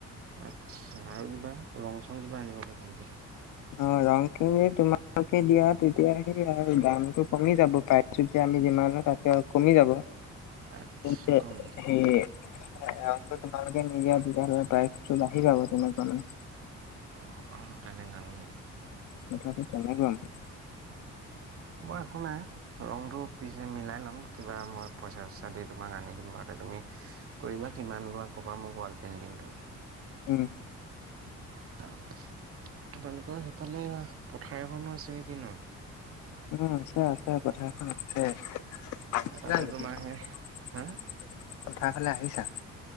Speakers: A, on the right (about 50°); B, on the left (about 75°).
A: আচ্ছা আৰু কিবা ৰং চং কিবা আনিব লাগে নেকি তোমাক?
B: অ, ৰং খিনি তোমালোকে দিয়া তেতিয়া সেই আৰু দামটো কমি যাব তাই তেতিয়া আমি যিমানো তাতকে আৰু কমি যাব
A: আচ্ছা
B: <unintelligible>
A: কম নেকি
B: সেই ৰংটো তোমালোকে নিজেই বুজাৰ হৈ পাই ত' বাঢ়ি যাব তোমাক মানে।
A: অ', অ', তেনেকা নিকি?
B: কথাটো তেনেকুৱা মানে।
A: উ, আহ একো নাই ৰংটো পিছে মিলাই লম কিবা মই। পইচা- চইচা দি তোমাক আনি দিম বাৰুতি তুমি কৰিবা কিমান লোৱা ক'বা মোক ৱাল পেইণ্টিংটো?
B: উম,
A: তাপ তোমালোকৰ সেইফালে পথাৰ এখনো আছে নেকি ন?
B: উম, আছে- আছে পথাৰখন আছে। <unintelligible>
A: এ তাতে তোমাৰ সেই হা
B: পথাৰ ফালে আহিছা?